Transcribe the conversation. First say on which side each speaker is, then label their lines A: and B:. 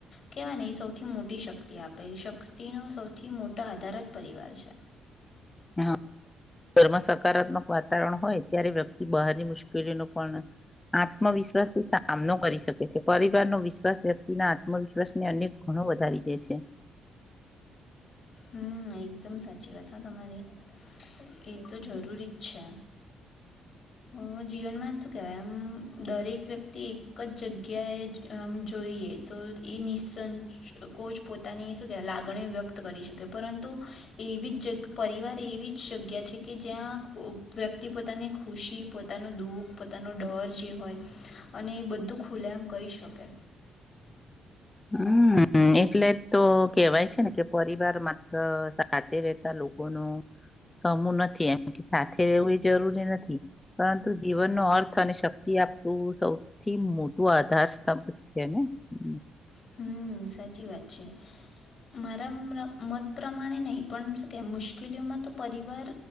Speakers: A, on the left; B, on the left.
A: કેહેવાય એ સૌથી મોટી શક્તિ, આપે શક્તિનો સૌથી મોટા આધારત પરિવાર છે
B: હા, ઘરમાં સકારાત્મક વાતાવરણ હોય ત્યારે વ્યક્તિ, બહારની મુશ્કેલીનો પણ આત્મવિશ્વાસથી સામનો કરી શકે છે, પરિવાર ન વિશ્વાસ વ્યક્તિના આત્મવિશ્વાસ ને અનેક ગણ વધારી દે છે.
A: હમ, એકદમ સાચી વાત હ, તમારી એ, તો જરૂરી જ છે.
B: <inaudible>
A: હ, જીવનમાં શું કહેવાય, આમ દરેક વ્યક્તિ એક જ જગ્યાએ આમ જોઈએ તો એ નિસ કોચ પોતાની, શું કે લાગણીઓ વ્યક્ત કરી શકે પરંતુ એવી જ પરિવાર એવી જ જગ્યા છે, કે જ્યાં વ્યક્તિ પોતાની પોતાની ખુશી પોતાનું દુઃખ પોતાનો ડર જે હોય, અને એ બધું ખુલે એમ કહી શકે
B: હમ હા એટલે તો કેવાય છેને, કે પરિવાર માત્ર સાથે રહેતા લોકો ન કમું નથી એમ સાથે રહેેવું એ જરૂરી નથી, પરંતુ જીવનનો અર્થ અને શક્તિ આપું સૌથી મોટું આધાર સ્તંભ છેને, હ
A: હમ સાચી વાત છે, મારા મત પ્રમાણે નહીં, પણ શું કેહેમ મુશ્કેલ ખેલીઓમાં, તો પરિવાર